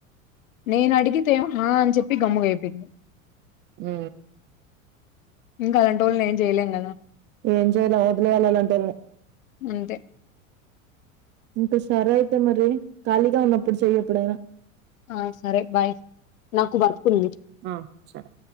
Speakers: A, on the left; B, on the right.
A: నేను అడిగితేమొ హ అని చెప్పి గమ్మునైపోయింది
B: ఉ
A: ఇంకా అలాంటోలేన్ ఏం చేయలేం కదా
B: ఏం చేయలే వదిలియాలి అలాంటోల్ని
A: అంతే
B: ఇంకా సరే అయితే మరి ఖాళీగా ఉన్నప్పుడు చెయ్యప్పుడైనా
A: ఆ సరే బాయ్ నాకు వర్క్ ఉంది
B: ఆ సరే